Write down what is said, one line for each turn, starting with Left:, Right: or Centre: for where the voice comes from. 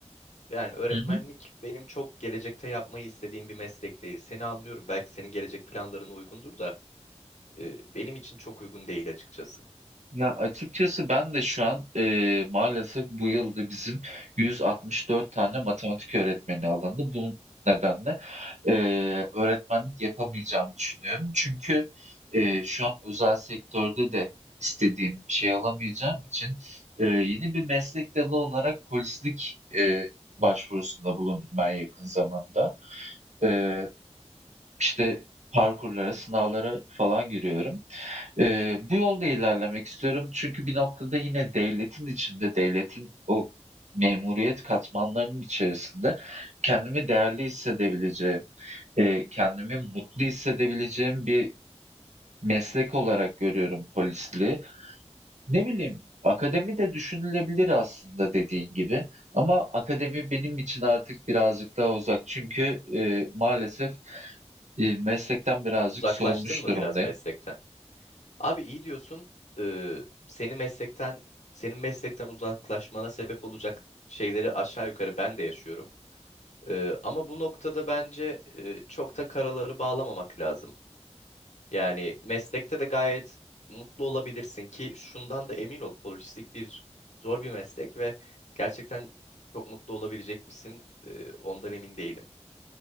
Left: Yani öğretmenlik
Right: hı hı.
Left: benim çok gelecekte yapmayı istediğim bir meslek değil. Seni anlıyorum. Belki senin gelecek planlarına uygundur da e, benim için çok uygun değil açıkçası.
Right: Yani açıkçası ben de şu an, eee, maalesef bu yıl da bizim 164 tane matematik öğretmeni alındı. Bu nedenle, eee, öğretmenlik yapamayacağımı düşünüyorum. Çünkü, eee, şu an özel sektörde de istediğim şey alamayacağım için, eee, yeni bir meslek dalı olarak polislik, eee, başvurusunda bulundum ben yakın zamanda. Eee, işte parkurlara, sınavlara falan giriyorum. Eee, bu yolda ilerlemek istiyorum çünkü bir noktada yine devletin içinde, devletin o memuriyet katmanlarının içerisinde kendimi değerli hissedebileceğim, eee, kendimi mutlu hissedebileceğim bir meslek olarak görüyorum polisliği. Ne bileyim, akademi de düşünülebilir aslında dediğin gibi ama akademi benim için artık birazcık daha uzak çünkü eee, maalesef eee, meslekten birazcık
Left: Uzaklaştın
Right: soğumuş
Left: mı
Right: durumdayım.
Left: biraz meslekten? Abi iyi diyorsun. E, seni meslekten senin meslekten uzaklaşmana sebep olacak şeyleri aşağı yukarı ben de yaşıyorum. Ee, ama bu noktada bence e, çok da karaları bağlamamak lazım. Yani meslekte de gayet mutlu olabilirsin ki şundan da emin ol polislik bir zor bir meslek ve gerçekten çok mutlu olabilecek misin? Ee, ondan emin değilim.